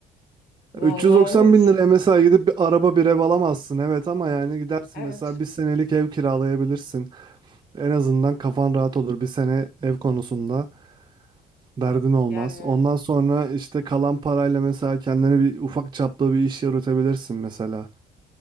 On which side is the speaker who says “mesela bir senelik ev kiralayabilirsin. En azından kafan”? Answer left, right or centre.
Right